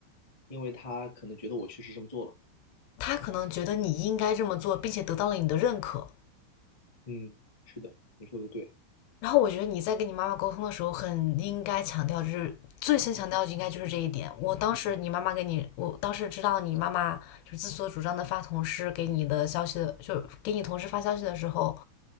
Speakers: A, on the left (about 50°); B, on the left (about 80°).
A: 因为他可能觉得我确实这么做了，
B: 她可能觉得你应该这么做，并且得到了你的认可，
A: 嗯，是的，你说的对，
B: 然后我觉得你在跟你妈妈沟通的时候，很应该强调，就是最先强调应该就是这一点。
A: 嗯
B: 我当时你妈妈给你，我当时知道你妈妈就是自作主张的发同事给你的消息的，就给你同事发消息的时候，